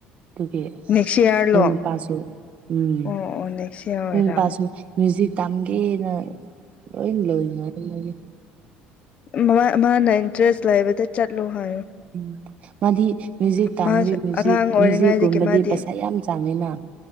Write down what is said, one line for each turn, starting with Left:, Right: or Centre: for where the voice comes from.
Right: ꯑꯗꯨꯒꯤ
Left: ꯅꯦꯛꯁ ꯏꯌꯥꯔꯂꯣ
Right: ꯑꯗꯨ ꯅꯨꯄꯥꯁꯨ ꯎꯝ
Left: ꯑꯣ ꯑꯣ ꯅꯦꯛꯁ ꯏꯌꯥꯔ ꯑꯣꯏꯔꯝ
Right: ꯎꯝ ꯇꯥꯁꯤ ꯃꯌꯨꯖꯤꯛ ꯇꯝꯒꯦꯅ ꯂꯣꯏ ꯂꯣꯏ <unintelligible>
Left: ꯎꯝ ꯃꯥ ꯃꯥꯅ ꯏꯟꯇꯔꯦꯁ ꯂꯩꯕꯗ ꯆꯠꯂꯨ ꯍꯥꯏꯌꯣ
Right: ꯎꯝ ꯃꯥꯗꯤ ꯃ꯭ꯌꯨꯖꯤꯛ ꯇꯥꯝꯂꯤ
Left: ꯃꯥꯁꯨ
Right: ꯃ꯭ꯌꯨꯖꯤꯛ
Left: ꯑꯉꯥꯡ ꯑꯣꯏꯔꯤꯉꯩꯗꯒꯤ
Right: ꯃ꯭ꯌꯨꯖꯤꯛꯀꯨꯝꯕꯗꯤ
Left: ꯃꯥꯗꯤ
Right: ꯄꯩꯁꯥ ꯌꯥꯝ ꯆꯡꯉꯤꯅ